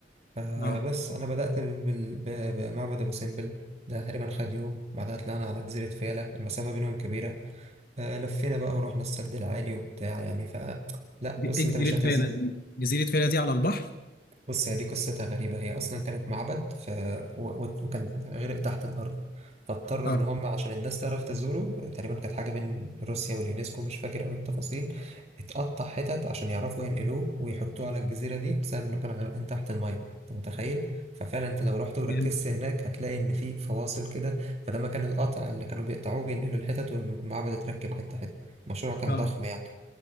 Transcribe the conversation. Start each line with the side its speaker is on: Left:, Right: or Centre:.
Right: فبس
Left: اه
Right: أنا بدأت بال- ب- بمعبد أبو سمبل ده تقريبا خد يوم بعدها طلعنا على جزيرة فيلة المسافة بينهم كبيرة آه، لفينا بقى ورحنا السد العالي وبتاع يعني ف لا
Left: دي-
Right: بص
Left: ايه
Right: أنت
Left: جزيره
Right: مش هتزهق
Left: فيلا دي جزيره فيلا دي على البحر
Right: بص هي دي قصتها غريبة هي أصلا كانت معبد ف... و... و- وكان غرق تحت الأرض فاضطروا
Left: اه
Right: إن هم عشان الناس تعرف تزوره تقريبا كانت حاجة بين روسيا واليونسكو مش فاكر أوي التفاصيل اتقطع حتت عشان يعرفوا ينقلوه ويحطوه على الجزيرة دي بسبب إنه كان غرقان تحت المية أنت متخيل؟ ففعلا أنت لو رحت وركزت
Left: جامد
Right: هناك هتلاقي إن في فواصل كده فده مكان القطع اللي كانوا بيقطعوه بينقلوا الحتت والمعبد اتركب حتة حتة المشروع كان
Left: اه
Right: ضخم يعني